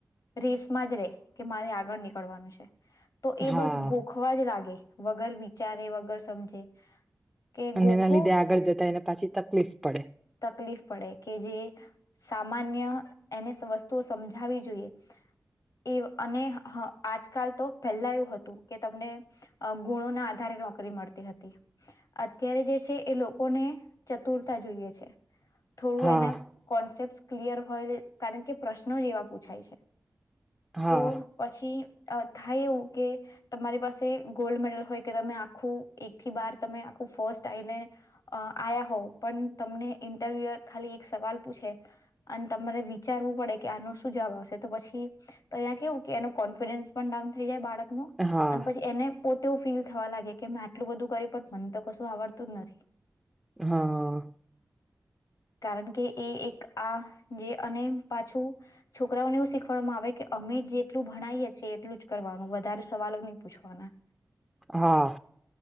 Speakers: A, on the left; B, in the centre.
A: રેસમાં જ રે કે મારે આગળ નીકળવાનું છે. તો એ બસ
B: હા
A: ગોખવા જ લાગે. વગર વિચારે વગર સમજે કે
B: અને
A: ગોખો
B: એના લીધે આગળ જતા એને પાછી તકલીફ પડે.
A: તકલીફ પડે કે જે સામાન્ય એને વસ્તુઓ સમજાવી જોઈએ એ અને હ આજકાલ તો પહેલા એવું હતું કે તમને અહ ગુણો ના આધારે નોકરી મળતી હતી. અત્યારે જે છે એ લોકોને ચતુરતા જોઈએ છે. થોડું
B: હા
A: એના કોન્સેપ્ટસ ક્લિયર હોય કારણ કે પ્રશ્નો જે એવા પૂછાય છે.
B: હા
A: તો પછી અહ થાય એવું કે તમારી પાસે ગોલ્ડ મેડલ હોય કે તમે આખું એક થી બાર તમે આખું ફર્સ્ટ આઈ લેને અહ આયા હોવ પણ તમને ઇન્ટરવ્યુ ખાલી એક સવાલ પૂછે અને તમારે વિચારવું પડે કે આનો શું જવાબ આવશે તો પછી તો અહીં કેવું કે એનો કોન્ફિડન્સ પણ ડાઉન થઈ જાય બાળક નું
B: હા
A: અન પછી એને પોતો ફીલ થવા લાગે કે મેં આટલું બધું કરી પણ મને તો કશું આવડતું જ નથી.
B: હા
A: કારણ કે એ એક આ જે અને પાછું છોકરાઓને એવું શીખડવામાં આવે કે અમે જેટલું ભણાઈ એ છીએ એટલું જ કરવાનું વધારે સવાલો નહી પૂછવાના.
B: હા.